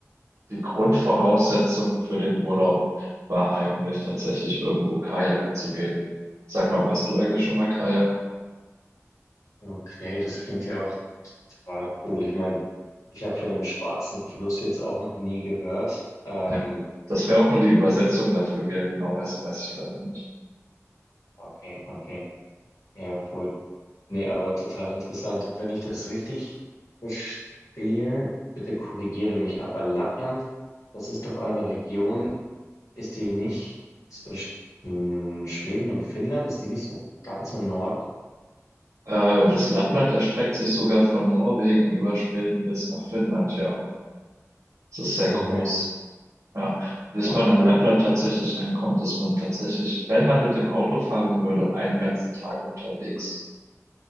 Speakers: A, on the right; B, on the left.
A: die Grundvoraussetzung für den Urlaub war eigentlich tatsächlich irgendwo kajaken zu gehen. Sag mal, warst du eigentlich schon mal kajaken?
B: Okay, das klingt ja auch total cool. Ich meine, ich habe von dem Schwarzen Fluss jetzt auch noch nie gehört. Ähm,
A: Ja. Das wäre auch nur die Übersetzung dafür. Wie er genau heißt, weiß ich leider nicht.
B: okay, okay. Ja, cool. Nee, aber total interessant. Wenn ich das richtig verstehe, bitte korrigiere mich, aber Lappland, das ist doch eine Region, ist die nicht zwischen Schweden und Finnland? Ist die nicht so ganz im Norden?
A: Äh, das Lappland erstreckt sich sogar von Norwegen über Schweden bis nach Finnland, ja. Es ist sehr
B: Mhm.
A: groß. Ja, bis
B: Wow.
A: man im Lappland tatsächlich ankommt, ist man tatsächlich, wenn man mit dem Auto fahren würde, einen ganzen Tag unterwegs